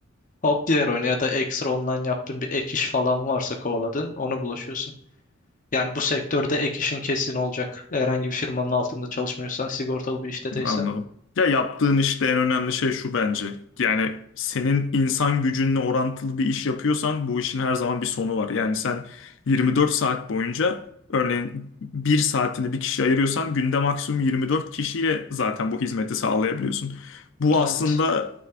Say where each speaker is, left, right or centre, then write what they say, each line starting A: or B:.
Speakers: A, on the left; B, on the left.
A: Hop diğer oyuna ya da ekstra online yaptığın bir ek iş falan varsa kovaladın, onu bulaşıyorsun. Yani bu sektörde ek işin kesin olacak. Herhangi bir firmanın altında çalışmıyorsan, sigortalı bir işte değilse.
B: Anladım. Ya yaptığın işte en önemli şey şu bence. Yani senin insan gücünle orantılı bir iş yapıyorsan bu işin her zaman bir sonu var. Yani sen 24 saat boyunca örneğin bir saatini bir kişiye ayırıyorsan günde maksimum 24 kişiyle zaten bu hizmeti sağlayabiliyorsun. Bu
A: Evet.
B: aslında